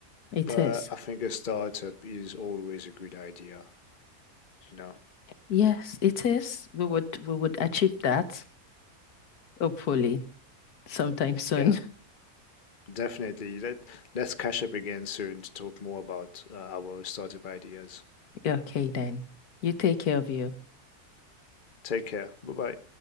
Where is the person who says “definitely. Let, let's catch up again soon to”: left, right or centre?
Left